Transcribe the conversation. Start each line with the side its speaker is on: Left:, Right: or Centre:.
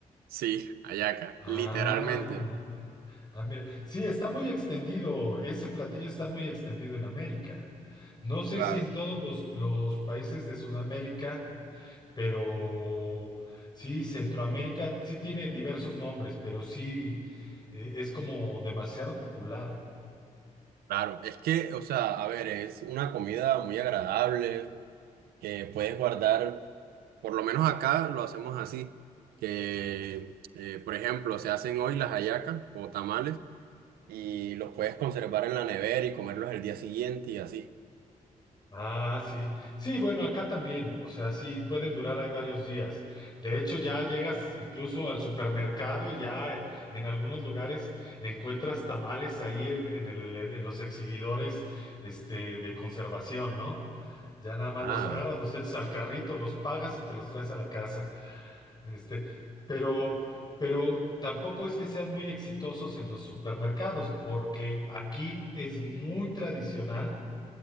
Right: Sí, hallaca,
Left: Ah,
Right: literalmente.
Left: mira. Ah, mira. Sí, está muy extendido. Ese platillo está muy extendido en América. No sé
Right: Claro.
Left: si en todos los, los países de Sudamérica. Pero sí, Centroamérica sí tiene diversos nombres, pero sí eh, es como demasiado popular.
Right: Claro, es que, o sea, a ver, es una comida muy agradable que puedes guardar, por lo menos acá lo hacemos así, que, eh, por ejemplo, se hacen hoy las hallacas o tamales y los puedes conservar en la nevera y comerlos el día siguiente y así.
Left: Ah, sí. Sí, bueno, acá también. O sea, sí, pueden durar ahí varios días. De hecho, ya llegas incluso al supermercado y ya eh, en algunos lugares encuentras tamales ahí en, en el- en los exhibidores este, de conservación, ¿no? Ya nada más
Right: Ah,
Left: los agarras, los echas al carrito, los pagas y te los traes a la casa. Este, pero, pero tampoco es que sean muy exitosos en los supermercados, porque aquí es muy tradicional